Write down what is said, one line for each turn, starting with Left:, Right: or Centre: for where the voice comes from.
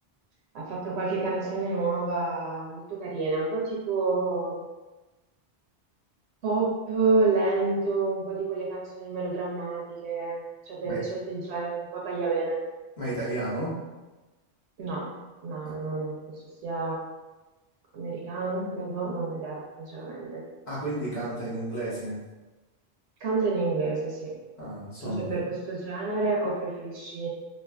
Right: Ha fatto qualche canzone nuova, molto carina, un po' tipo pop lento, un po' di quelle canzoni melodrammatiche, cioè deve
Left: Ma è,
Right: piacerti il genere, un po' tagliavene.
Left: ma è italiano?
Right: No, no,
Left: Ah,
Right: no, no, no, penso sia americano, credo, non ho idea, sinceramente.
Left: ah, quindi canta in inglese.
Right: Canta in inglese, sì.
Left: Ah, Sombre.
Right: Tu sei per questo genere o preferisci